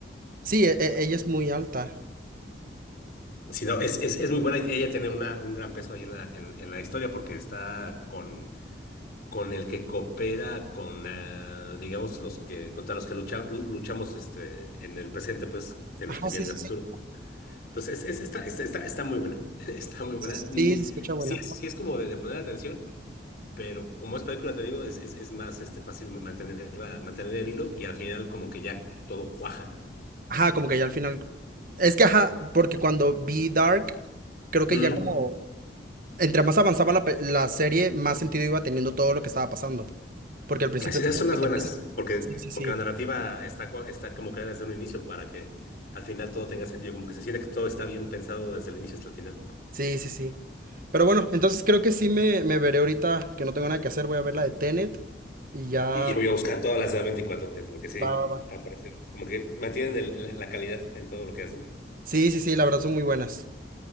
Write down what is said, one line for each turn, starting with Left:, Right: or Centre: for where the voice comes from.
Right: sí, e- e- ella es muy alta.
Left: Si no, es, es, es muy buena. y Ella tiene una, un gran peso ahí en la, en, en la historia porque está con, con el que coopera con, eh, digamos, los que, contra los que lucha- lu- luchamos este, en el presente, pues, de los
Right: Ajá,
Left: que vienen
Right: sí, sí,
Left: del futuro.
Right: sí.
Left: Entonces, es, es- está, está, está, está muy buena. <laughs> Está muy buena.
Right: Sí,
Left: Mm,
Right: se escucha buena.
Left: Sí, es- sí es como de, de poner atención. Pero como es película, te digo, es, es, es más este, fácil mantenerla, mantener el hilo y al final como que ya todo cuaja.
Right: Ajá, como que ya al final. Es que, ajá, porque cuando vi Dark, creo que
Left: Mm.
Right: ya como, entre más avanzaba la, pe- la serie, más sentido iba teniendo todo lo que estaba pasando. Porque al principio
Left: Así,
Right: es
Left: esas
Right: como
Left: son las
Right: que te
Left: buenas,
Right: empieza...
Left: porque,
Right: Sí, sí, sí.
Left: porque la narrativa está, cua- está como creada desde un inicio para que al final todo tenga sentido, como que se siente que todo está bien pensado desde el inicio hasta el final.
Right: Sí, sí, sí. Pero bueno, entonces creo que sí me, me veré ahorita que no tengo nada que hacer. Voy a ver la de Tenet y ya.
Left: Y yo voy a buscar todas las de A24, fíjate, porque sí,
Right: Va, va, va.
Left: aparece. Como que mantienen el- la, la calidad en todo lo que hacen.
Right: Sí, sí, sí, la verdad son muy buenas.